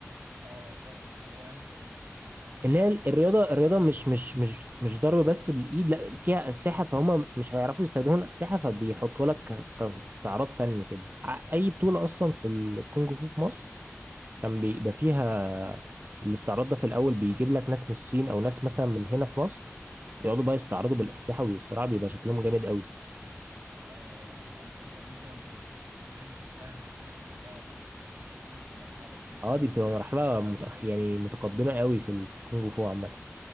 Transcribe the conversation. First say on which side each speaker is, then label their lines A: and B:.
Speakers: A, on the right; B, on the right.
A: اه فاهمك اللي هو يعني انت بت... يعني لازم
B: ان
A: تت-
B: هي
A: توصل
B: الرياضه
A: لمرحلة
B: الرياضه
A: معينة
B: مش مش مش مش ضرب بس بالايد لا فيها اسلحه فهم مش هيعرفوا يستخدموا الاسلحه فبيحطوا لك ك- كاستعراض فني كده ع-
A: اه
B: اي بطوله اصلا في الكونج فو في مصر كان بيبقى فيها الاستعراض ده في الاول بيجيب لك ناس من الصين او ناس مثلا من هنا في مصر بيقعدوا بقى يستعرضوا بالاسلحه ويصراعوا بيبقى شكلهم جامد قوي
A: اه آه، انا فهمتك يعني انت المفروض زي تتأهل كده ان انت تعرف توصل للمرحلة دي يعني انت
B: اه
A: لازم
B: دي بتبقى
A: الاول
B: مرحله
A: تبقى
B: متأخ...
A: جامد قوي
B: يعني متقدمه قوي في ال- في الكونج فو عامه